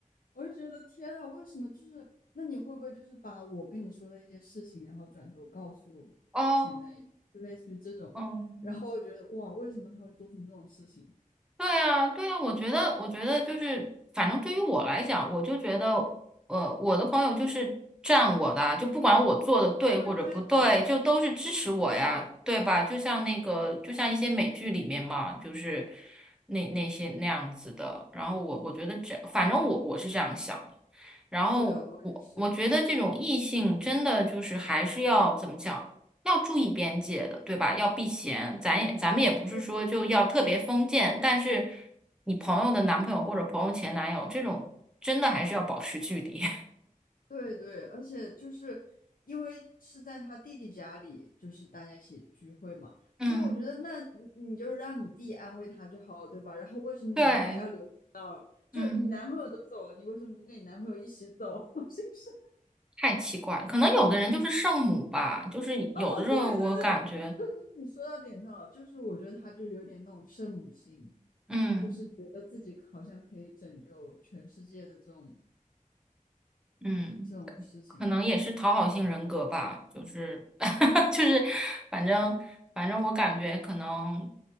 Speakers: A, on the left; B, in the centre.
A: 我就觉得天啊，为什么就是那你会不会就是把我跟你说的一些事情，然后转头告诉前男友，
B: 哦，
A: 就类似于这种，
B: 嗯。
A: 然后我觉得哇，为什么他会做出这种事情？
B: 对啊，对啊，我觉得，我觉得就是，反正对于我来讲，我就觉得，呃，我的朋友就是站我的啊就不管我做的对或者不对，
A: 对对对，
B: 就都是支持我呀，
A: 是的，是的，
B: 对吧？就像那个，就像一些美剧里面嘛，就是那那些那样子的。然后我我觉得这，反正我我是这样想的。然后我我觉得这种异性真的就是还是要怎么讲，
A: 对啊，我也是，
B: 要注意边界的，对吧？要避嫌，咱也咱们也不是说就要特别封建，
A: 对对对
B: 但是你朋友的男朋友或者朋友前男友这种，真的还是要保持距离。
A: 对对，而且就是因为是在他弟弟家里，就是大家一起聚会嘛，所以我觉得那你你就让你弟安慰他就好了，
B: <laughs> 嗯，
A: 对吧？然后为什么你还要留？
B: 对，
A: 就是你男朋友都走了，
B: 嗯，
A: 你为什么不跟你男朋友一起走？<laughs> 是不是？
B: 太奇怪了可能有的人就是圣母吧，就是有的时候我感觉，
A: 哦，对对对，对对对你说到点上了。就是我觉得他就有点那种圣母心，
B: 嗯
A: 就是觉得自己好像可以拯救全世界的这种
B: 嗯。
A: 这种事情吧。
B: 可能也是讨好性人格吧，就是 <laughs> 就是，反正反正我感觉可能